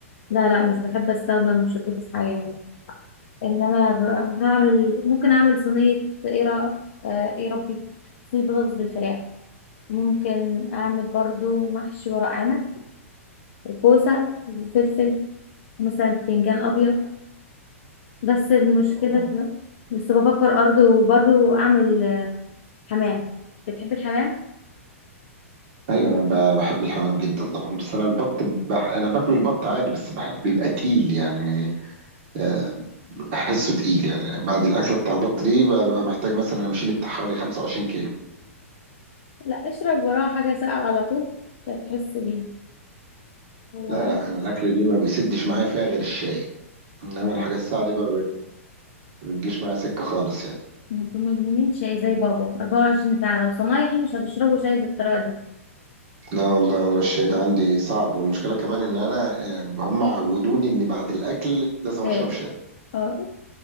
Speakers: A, on the left; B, on the right.
A: لا لا مش بحب استخدم شوربته في حاجة انما ب- هعمل ممكن اعمل صينيه ايه را- آه، إيه ربي صينيه بطاطس بالفراخ ممكن اعمل برضو محشي ورق عنب وكوسه وفلفل مثلا بتنجان ابيض بس المشكله
B: اه
A: ت- بس بفكر برضو برضو اعمل آه، حمام بتحب الحمام
B: ايوه انا ب- بحب الحمام جدا طبعا بس انا البط بح... انا باكل البط عادي بس بحب بيبقى تقيل يعني آه بحسه تقيل يعني بعد الاكله بتاع البط دي ببقى محتاج مثلا امشي لي بتاع حوالي 25 كيلو
A: لا اشرب وراه حاجه ساقعه على طول مش هتحس بيه هو
B: لا لا انا الاكله دي ما بيسدش معايا فيها غير الشاي انما
A: ف-
B: الحاجة الساعة دي ما ب- بتجيش معايا سكة خالص يعني
A: ما تدمنين شاي زي بابا 24 ساعه لو صنايعي مش هتشربوا شاي بالطريقه دي
B: لا والله والله الشاي ده عندي صعب والمشكلة كمان ان انا آم، هم عودوني ان بعد الاكل لازم
A: شاي
B: أنا اشرب شاي
A: اه